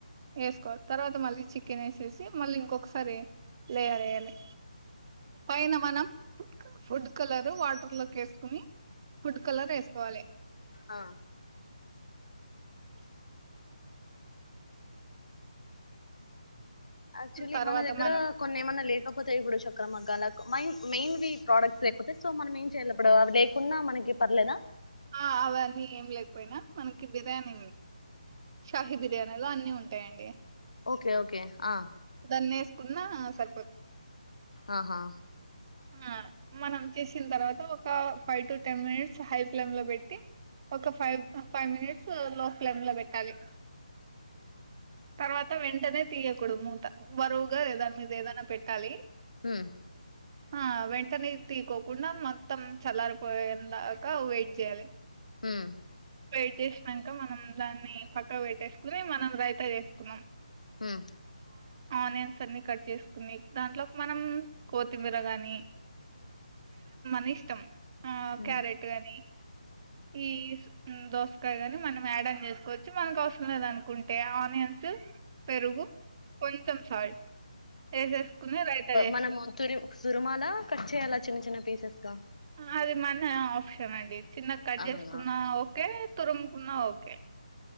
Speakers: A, on the right (about 35°); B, on the left (about 70°).
A: వేసుకో తర్వాత మళ్ళీ చికెన్ వేసేసి మళ్ళీ ఇంకొకసారి లే వేయాలి పైన మనం ఫుడ్ కలరు వాటర్ లోకి ఏసుకుని ఫుడ్ కలర్ ఏసుకోవాలి
B: ఆ యాక్చువలీ
A: తర్వాత
B: మన దగ్గరా
A: మనం
B: కొన్ని ఏమన్న లే లేకపోతే ఇప్పుడు చక్ర మగ్గాలకు మైన్ మెయిన్వి ప్రోడక్ట్స్ లేకపోతె సో మనం ఏం చేయలప్పుడూ అవి లేకున్న మనకి పర్లేదా
A: ఆ అవన్నీ ఏం లేకపోయిన మనకి బిర్యానీ షాహీ బిర్యానీ లో అన్ని ఉం ఉంటాయి అండి
B: ఓకే ఓకే ఆ
A: అన్ని వేసుకున్న సర్
B: ఆహా
A: ఆ మనం చేసింద్ తర్వాత ఒక five two ten minutes high flame లో పెట్టి ఒక ఫైవ్ ఫైవ్ మినిట్స్ ఆ లో ఫ్లేమ్ లో పెట్టాలి తర్వాత వెంటనే తీయకూడదు మూత బరువుగా దాని మీద ఏదన్న పెట్ పౄట్టాలి
B: ఉహ్మ్
A: ఆ వెంటనే తీకోకుండా మొత్తం చల్లారిపోయిందాకా వెయిట్ జేయాలి
B: ఉమ్
A: వెయిట్ చేసినంక మనం దాన్ని పక్కక్ పెట్టేసుకునీ మనం రైతా చేసుకున్నం
B: ఉమ్
A: ఆనియన్స్ అన్ని కట్ చేసుకుని దాంట్లోకి మనం కోత్ కొత్తిమీర గాని నీ ఇష్టం ఆ
B: క్యారెట్స్
A: క్యారెట్ గానీ ఈ ఉమ్ దోస్ వంకాయ గాని మనం యాడ్ ఆన్ చేసుకోవచ్చు మనకు అవసరం లేదు అనుకుంటే ఆనియన్సు పెరుగు కొంచెం సాల్ట్ వేసేసుకుని రైతా చేసుకోవచ్చు
B: మనము తురి తురుమాల కట్ చేయాలా చిన్న చిన్న పీసెస్ గా
A: అది మన ఆప్షన్ అండి చిన్నగా కట్
B: అవునా
A: చేసుకున్నా ఓకే తురుముకున్నా ఓకే